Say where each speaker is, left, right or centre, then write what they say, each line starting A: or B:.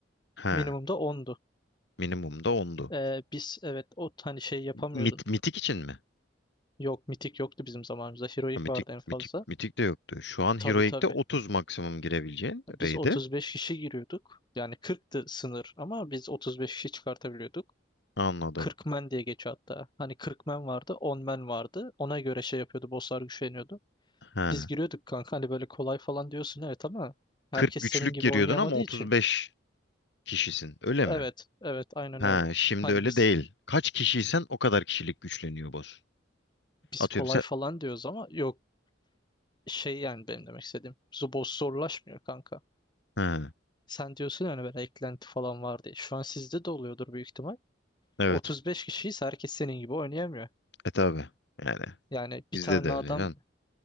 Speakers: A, on the left; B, on the left.
A: He.
B: Minimumda ondu
A: Minimum da 10'du.
B: Ee, biz evet o hani şey yapamıyordun.
A: Mit, mitik için mi?
B: Yok mitik yoktu bizim zamanımızda. Heroic
A: Ha, Mitik,
B: vardı en fazla.
A: mitik, mitik de yoktu. Şu an
B: Tabii
A: Heroic'te
B: tabii.
A: 30 maksimum girebileceğin
B: Biz
A: raid'e.
B: 35 kişi giriyorduk. Yani 40'tı sınır ama biz 35 kişi çıkartabiliyorduk.
A: Anladım.
B: 40 men diye geçiyor hatta. Hani 40 men vardı, 10 men vardı. Ona göre şey yapıyordu, bosslar güçleniyordu.
A: He.
B: biz giriyorduk kanka hani böyle kolay falan diyorsun evet ama herkes
A: 40 güçlük
B: senin gibi
A: giriyordun
B: oynayamadığı
A: ama
B: için.
A: 35 kişisin. Öyle
B: Evet,
A: mi?
B: evet aynen
A: Ha,
B: öyle.
A: şimdi
B: Hani
A: öyle
B: biz
A: değil. Kaç kişiysen o kadar kişilik güçleniyor boss.
B: biz
A: Atıyorum
B: kolay
A: sen.
B: falan diyoruz ama yok şey yani benim demek istediğim. Zubos zorlaşmıyor kanka.
A: Ha,
B: Sen diyorsun yani böyle eklenti falan var diye. Şu an sizde de oluyordur büyük ihtimal.
A: evet.
B: 35 kişiyiz herkes senin gibi oynayamıyor.
A: E tabi. Yani
B: Yani bir
A: bizde
B: tane
A: de öyle
B: adam
A: can.